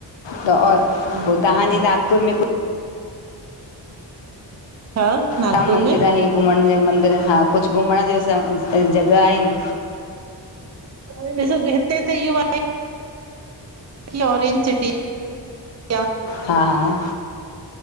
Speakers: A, on the left; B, on the right.
A: त ओर
B: ठीकु
A: तव्हांजी
B: आहे
A: नागपुर में कुछ
B: छा नागपुर
A: ता मंदिर
B: में
A: आए घुमिण जा मंदिर हा कुझू घुमिण जा स जॻिह आहिन।
B: वरी ॾिसो हिते त हियो आए। कि ऑरेंज सिटी। आहे,
A: हा आ,